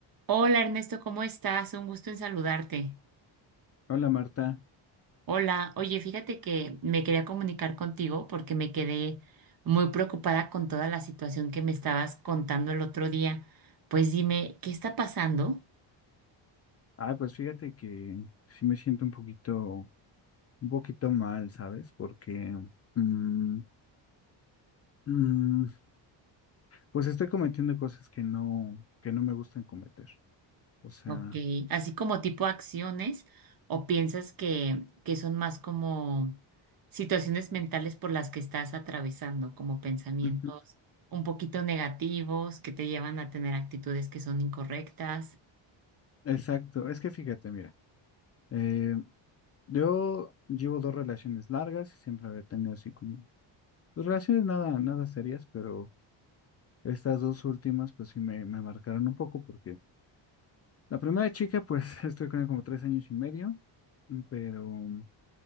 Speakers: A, on the right (about 45°); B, on the left (about 35°).
A: Hola Ernesto, ¿cómo estás? Un gusto en saludarte.
B: Hola Marta.
A: Hola, oye, fíjate que me quería comunicar contigo porque me quedé muy preocupada con toda la situación que me estabas contando el otro día. Pues dime, ¿qué está pasando?
B: Ah, pues fíjate que sí me siento un poquito, un poquito mal, ¿sabes? Porque mm, mm, pues estoy cometiendo cosas que no, que no me gustan cometer. O sea,
A: Ok, así como tipo acciones o piensas que, que son más como situaciones mentales por las que estás atravesando, como pensamientos
B: Ujú.
A: un poquito negativos que te llevan a tener actitudes que son incorrectas.
B: exacto. Es que fíjate, mira, eh, yo llevo dos relaciones largas y siempre había tenido así como dos relaciones nada, nada serias, pero estas dos últimas pues sí me, me marcaron un poco porque la primera chica pues <laughs> estoy con ella como tres años y medio, pero